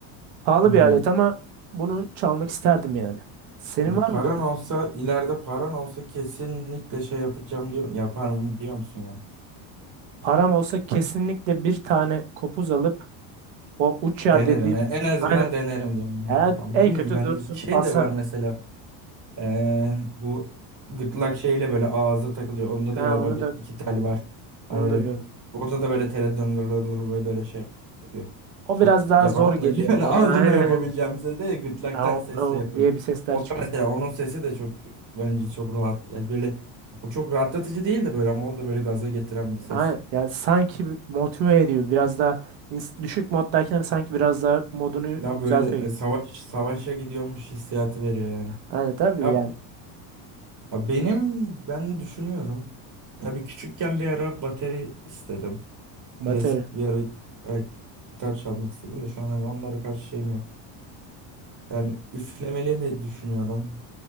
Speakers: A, on the right; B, on the right.
A: Pahalı
B: Hmm.
A: bir alet ama bunu çalmak isterdim yani. Senin
B: Ya
A: var
B: paran
A: mı böyle?
B: olsa ileride paran olsa kesinlikle şey yapacağım diyor yaparım diyor musun yani?
A: Param olsa kesinlikle bir tane kopuz alıp o uç
B: Denerim
A: yer dediğim
B: en en azından
A: aynen
B: denerim diyorsun yani.
A: Yani
B: Ya
A: en
B: bilmiyorum
A: kötü
B: bende
A: dursun
B: şey
A: asarım.
B: de var mesela Ee, bu gırtlak şeyle böyle ağza takılıyor. Onda
A: Ha
B: da galiba
A: onu
B: bir
A: da
B: iki tel var. Hani
A: onu
B: böyle
A: da gördüm.
B: onda da böyle teleden böyle böyle şey yapıyor.
A: O
B: Çok
A: biraz daha
B: yapamam
A: zor geliyor
B: da <laughs> yani
A: bana.
B: ağzımla
A: <laughs> Aynen.
B: yapabileceğim bir ses değil de gırtlaktan
A: Av,
B: sesle
A: av
B: yapıyor.
A: diye bir sesler
B: O
A: çıkıyor.
B: da mesela onun sesi de çok bence çok rahat. Yani böyle o çok rahatlatıcı değil de böyle ama o da böyle gaza getiren bir ses.
A: Aynen. Yani sanki motive ediyor. Biraz daha ins- düşük moddayken sanki biraz daha modunu
B: Ya
A: düzeltiyor
B: böyle
A: gibi.
B: e, savaş savaşa gidiyormuş hissiyatı veriyor yani.
A: Aynen tabii
B: Ya
A: yani
B: Ha benim ben düşünüyorum. Ya bir küçükken bir ara bateri istedim. Klasik
A: batarya.
B: bir ara evet, gitar çalmak istedim de şu an hani onlara karşı şeyim yok. Yani üflemeli de düşünüyorum.